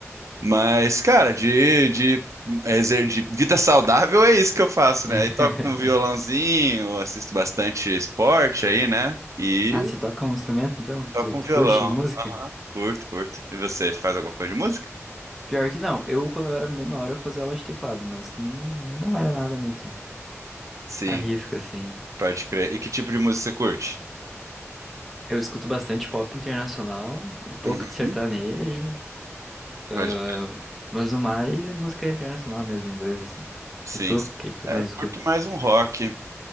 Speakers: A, on the right (about 80°); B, in the centre.
A: Mas, cara, de, de, exer- de vida saudável é isso que eu faço, né?
B: <laughs>
A: Aí toco um violãozinho, assisto bastante esporte aí, né? E
B: Ah, você toca um instrumento então?
A: toco
B: Tu,
A: um
B: tu
A: violão.
B: curte música?
A: Aham, Curto, curto. E você faz alguma coisa de música?
B: Pior que não, eu quando eu era menor eu fazia aula de teclado, mas não, não era nada muito
A: Sim,
B: à risca, assim.
A: pode crer. E que tipo de música você curte?
B: Eu escuto bastante pop internacional, um pouco
A: Uhum,
B: de sertanejo, ahn,
A: pode.
B: mas no mais é música internacional mesmo, inglês, assim.
A: Sim.
B: E tu, o que que tu
A: É,
B: mais
A: eu curto
B: escuta?
A: mais um rock.